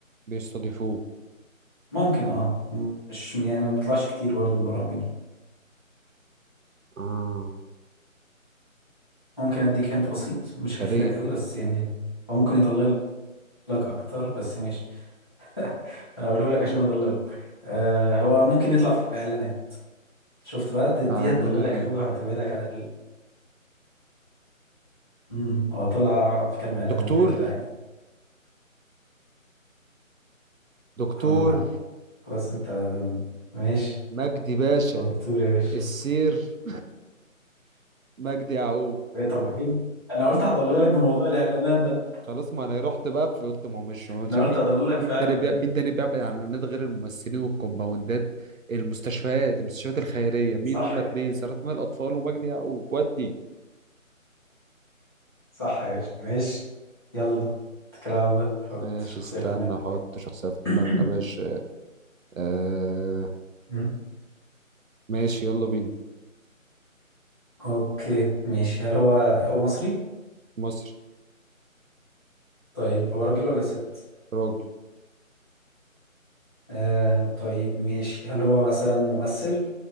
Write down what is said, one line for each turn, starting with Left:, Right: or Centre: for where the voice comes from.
Right: بيستضيفوه
Left: ممكن اه م- مش يعني ما بيطلعش كتير برضه في برامج
Right: آه
Left: ممكن اديك انت بسيط مش
Right: يا
Left: هيفيدك
Right: ريت
Left: قوي بس يعني هو ممكن يضللك اكتر بس ماشي <laughs> انا اقوله لك عشان اضللك آه هو ممكن يطلع في اعلانات شفت بقى دي, دي
Right: إعلانات
Left: هتضللك قوي وهتبعدك عن ال- مم، هو طلع في كام اعلان
Right: دكتور
Left: قبل كده عادي
Right: دكتور
Left: على خلاص انت ماشي
Right: مجدي باشا
Left: هو دكتور يا باشا
Right: السير <laughs> مجدي يعقوب
Left: ايه طب ايه انا قلت هضللك بموضوع الاعلانات ده
Right: خلاص ما أنا رحت بقى في قلت ما هو مش ما هو مش-
Left: انا
Right: مين
Left: قلت هضللك
Right: مين
Left: فعلا
Right: تاني بيع-
Left: فيه
Right: مين تاني بيعمل إعلانات غير الممثلين والكومباوندات المستشفيات المستشفيات الخيرية مين
Left: صح
Right: هما
Left: كده
Right: اتنين سرطان الأطفال ومجدي يعقوب ودي
Left: صح يا باشا ماشي يلا اتكل على الله حط
Right: ماشي
Left: شخصية
Right: استنى
Left: في دماغك
Right: أحط شخصية في
Left: <clears throat>
Right: دماغنا يا باشا آه
Left: مم.
Right: ماشي يلا بينا
Left: اوكي ماشي هل هو هو مصري
Right: مصري
Left: طيب هو راجل ولا ست
Right: راجل
Left: آه طيب ماشي هل هو مثلا ممثل